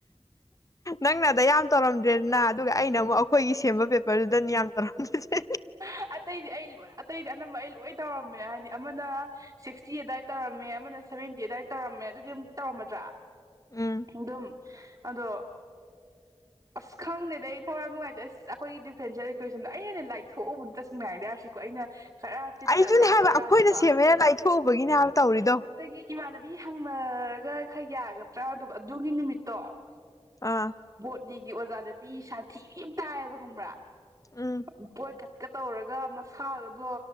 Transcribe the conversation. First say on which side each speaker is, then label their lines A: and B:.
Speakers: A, on the left; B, on the right.
A: ꯅꯪꯅꯗ ꯌꯥꯝ ꯇꯧꯔꯝꯗ꯭ꯔꯦꯗꯅ ꯑꯗꯨꯒ ꯑꯩꯅ ꯑꯃꯨꯛ ꯑꯩꯈꯣꯏꯒꯤ ꯁꯦꯝꯕ ꯄꯦꯄꯔꯗꯨꯗꯅꯤ ꯌꯥꯝ ꯇꯔꯝꯅꯁ
B: ꯍꯣꯏ ꯑꯇꯩꯗꯤ ꯑꯩ ꯂꯣꯏ ꯑꯇꯩꯗꯤ ꯑꯅꯝꯕ ꯑꯩ ꯂꯣꯏ ꯇꯧꯔꯝꯃꯦ ꯍꯥꯏꯗꯤ ꯑꯃꯅ ꯁꯤꯛꯁꯇꯤ ꯑꯗꯨꯋꯥꯏꯗ ꯇꯧꯔꯝꯃꯦ ꯑꯃꯅ ꯁꯚꯦꯟꯇꯤ ꯑꯗꯨꯗꯥꯏ ꯇꯧꯔꯝꯃꯦ ꯑꯗꯨꯗꯤ ꯑꯃꯨꯛ ꯇꯧꯔꯝꯃꯗ꯭ꯔꯥ
A: ꯎꯝ
B: ꯑꯗꯨꯝ ꯑꯗꯣ ꯑꯁ ꯈꯪꯗꯦꯗꯗꯤ ꯑꯩ ꯊꯋꯥꯏ ꯌꯥꯝ ꯅꯨꯡꯉꯥꯏꯇꯦ ꯑꯁ ꯑꯩꯈꯣꯏꯒꯤ ꯗꯤꯐ꯭ꯔꯦꯟꯁꯦꯜ ꯀ꯭ꯋꯦꯁꯟꯗꯣ ꯑꯩꯅꯗꯤꯅꯦ ꯂꯥꯏꯊꯣꯛꯎꯕ ꯑꯝꯇ ꯁꯪ ꯉꯥꯏꯔꯗ ꯌꯥꯔꯁꯤꯀꯣ ꯑꯩꯅ ꯈꯔ ꯆꯤꯠ
A: ꯑꯩꯗꯨꯅꯦ
B: ꯆꯥꯠ ꯌꯥꯒꯗ꯭ꯔꯥꯅꯀꯣ
A: ꯍꯥꯏꯕ ꯑꯩꯈꯣꯏꯅ ꯁꯦꯝꯃꯦꯅ ꯂꯥꯏꯊꯣꯛꯎꯕꯒꯤꯅꯦ ꯍꯥꯏꯕ ꯇꯧꯔꯤꯗꯣ
B: ꯑꯗꯒꯤ <inaudible>
A: ꯑꯥ
B: ꯕꯣꯇꯅꯤꯒꯤ ꯑꯣꯖꯥ ꯅꯨꯄꯤ ꯁꯥꯊꯤꯕꯤ ꯑꯃ ꯇꯥꯏꯌꯦꯕ ꯈꯪꯕ꯭ꯔꯥ
A: ꯎꯝ
B: <inaudible> ꯕꯦꯠ ꯇꯧꯅ ꯧꯔꯒ ꯃꯁꯥꯒꯗꯣ